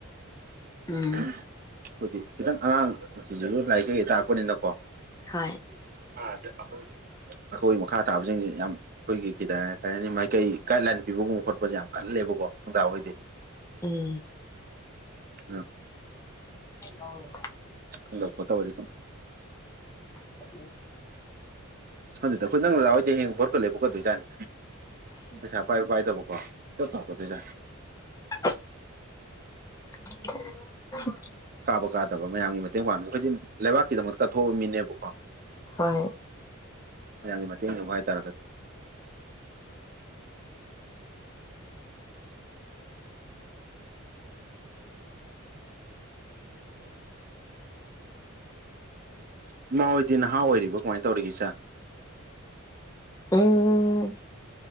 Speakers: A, on the left; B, on the right.
A: ꯎꯝ
B: ꯑꯥꯈꯣꯏꯗꯤ ꯈꯤꯇꯪ ꯑꯉꯥꯡꯁꯤꯁꯤꯁꯨ ꯂꯥꯏꯔꯤꯛ ꯀꯩꯀꯩ ꯇꯥꯛꯄꯅꯤꯅꯀꯣ
A: ꯍꯣꯏ
B: ꯑꯗ ꯑ <unintelligible> ꯑꯩꯈꯣꯏ ꯃꯈꯥ ꯇꯥꯕꯁꯤꯡꯁꯤ ꯌꯥꯝ ꯑꯩꯈꯣꯏꯒꯤ ꯈꯤꯗ ꯍꯥꯏ ꯍꯥꯏꯅꯤ ꯃꯥꯏꯀꯩ ꯒꯥ꯭ꯏꯗꯂꯥꯏꯟ ꯄꯤꯕꯒꯨꯝꯕ ꯈꯣꯠꯄꯁꯦ ꯌꯥꯝ ꯀꯜꯂꯦꯕꯀꯣ ꯅꯣꯏ ꯗꯥꯈꯣꯏ
A: ꯎꯝ
B: ꯎ <unintelligible>
A: ꯑꯣ <unintelligible>
B: ꯀ <unintelligible>
A: <unintelligible>
B: ꯑꯗꯨꯗ ꯑꯈꯣꯏ ꯅꯪ ꯗꯗꯥ ꯍꯣꯢꯗꯤ ꯍꯌꯦꯡ ꯕꯣꯠꯀ ꯂꯦꯞꯄꯛꯀꯗꯣꯢꯖꯥꯠꯅꯤ ꯄꯩꯁꯥ ꯄꯥꯏꯕ ꯄꯥꯏꯗꯕꯀꯣ ꯗꯞ ꯇꯧꯔꯛꯀꯗꯣꯏꯖꯥꯠꯅꯤ
A: ꯑꯣ <unintelligible>
B: ꯀꯥꯕ ꯀꯥꯗꯕ ꯃꯌꯥꯝꯒꯤ ꯃꯇꯦꯡ ꯄꯥꯡꯉ ꯑꯈꯣꯏꯗꯤ ꯂꯩꯕꯥꯛꯀꯤꯗꯃꯛ ꯀꯠꯊꯣꯛꯑꯕ ꯃꯤꯅꯦꯕꯀꯣ
A: ꯍꯣꯏ
B: ꯃꯌꯥꯝꯒꯤ ꯃꯇꯦꯡ ꯂꯧꯕ ꯍꯥꯏꯇꯥꯔꯒꯗꯤ ꯏꯃꯥ ꯍꯣꯏꯗꯤ ꯅꯍꯥ ꯑꯣꯏꯔꯤꯕꯣ ꯀꯃꯥꯏꯅ ꯇꯧꯔꯤꯒꯦ ꯏꯆꯟ
A: ꯎꯝ